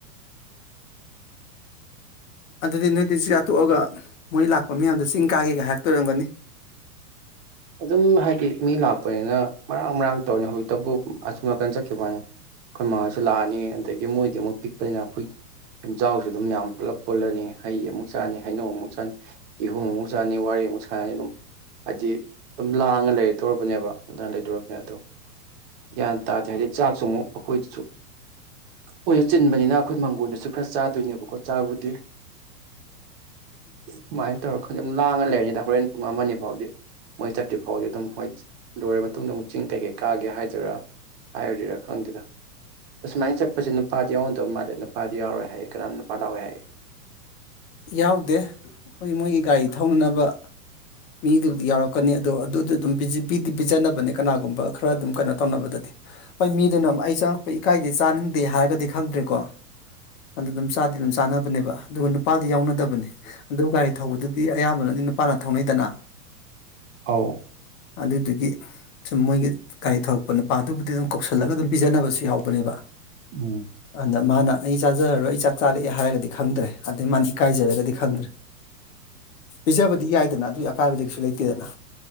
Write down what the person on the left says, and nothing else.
ꯑꯗꯨꯗꯤ ꯅꯣꯏꯗ ꯆꯌꯥꯥꯠꯇꯣꯛꯑꯒ ꯃꯣꯏ ꯂꯥꯛꯄ ꯃꯌꯥꯝꯗꯣ ꯆꯤꯡ ꯀꯥꯒꯦꯒꯥꯏꯥꯛꯇꯣꯏꯔꯝꯒꯅꯤ
ꯌꯥꯎꯗꯦ ꯑꯩꯈꯣꯏ ꯃꯣꯏꯒꯤ ꯒꯥꯔꯤ ꯊꯧꯅꯅꯕ ꯃꯤꯗꯨꯕꯨ ꯌꯥꯎꯔꯛꯄ ꯀꯅꯤ ꯑꯗꯣ ꯑꯗꯨꯗ ꯑꯗꯨꯝ ꯄꯤꯖꯅꯕꯅꯦ ꯀꯅꯥꯒꯨꯝꯕ ꯈꯔ ꯑꯗꯨꯝ ꯀꯩꯅꯣ ꯇꯧꯅꯕꯗꯗꯤ ꯍꯣꯏ ꯃꯤꯗꯨꯅ ꯑꯩ ꯆꯪꯉꯛꯄ ꯏꯀꯥꯏꯗꯤ ꯆꯥꯅꯤꯡꯗꯦ ꯍꯥꯏꯔꯒꯗꯤ ꯈꯪꯗ꯭ꯔꯦꯀꯣ ꯑꯗꯨ ꯑꯗꯨꯝ ꯆꯥꯗꯤ ꯑꯗꯨꯝ ꯆꯥꯅꯕꯅꯦꯕ ꯑꯗꯨꯒ ꯅꯨꯄꯥꯗꯤ ꯌꯥꯎꯅꯗꯕꯅꯤ ꯑꯗꯨ ꯒꯥꯔꯤ ꯊꯧꯕꯗꯨꯗꯤ ꯑꯌꯥꯝꯕꯅ ꯑ ꯅꯨꯄꯥꯅ ꯊꯧꯅꯩꯗꯅ
ꯑꯗꯨꯗꯨꯒꯤ ꯁꯨꯝ ꯃꯣꯏꯒꯤ ꯒꯥꯔꯤ ꯊꯧꯂꯛꯄ ꯅꯨꯄꯥꯗꯨꯕꯨꯗꯤ ꯑꯗꯨꯝ ꯀꯧꯁꯜꯂꯒ ꯑꯗꯨꯝ ꯄꯤꯖꯅꯕꯁꯨ ꯌꯥꯎꯕꯅꯦꯕ
ꯑꯗ ꯃꯥꯅ ꯑꯩ ꯆꯥꯖꯔꯔꯣꯏ ꯑꯩ ꯆꯥꯛ ꯆꯥꯔꯛꯑꯦ ꯍꯥꯏꯔꯒꯗꯤ ꯈꯪꯗ꯭ꯔꯦ ꯑꯗꯩ ꯃꯥꯅ ꯏꯀꯥꯏꯖꯔꯒꯗꯤ ꯈꯪꯗ꯭ꯔꯦ ꯄꯤꯖꯕꯗꯤ ꯌꯥꯏꯗꯅ ꯑꯗꯨꯒꯤ ꯑꯀꯥꯏꯕꯗꯤ ꯀꯩꯁꯨ ꯂꯩꯇꯦꯗꯅ